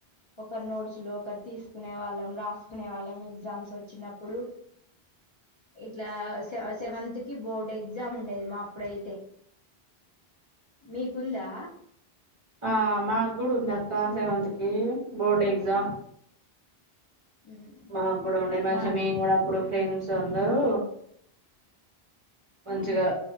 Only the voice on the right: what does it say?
ఆ మా కూడా ఉందక్క సెవెంత్ కి బోర్డు ఎగ్జామ్
మాకు కూడా ఉండది మంచిగా
మేము కూడా అప్పుడు ఫ్రెండ్స్ అందరూ మంచిగా